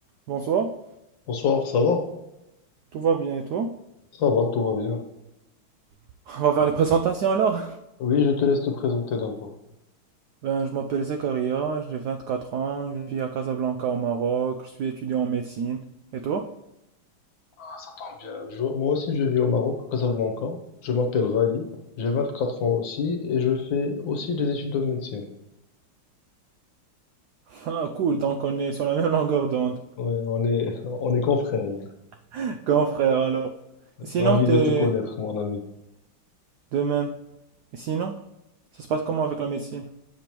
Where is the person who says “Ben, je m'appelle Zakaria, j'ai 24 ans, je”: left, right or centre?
Right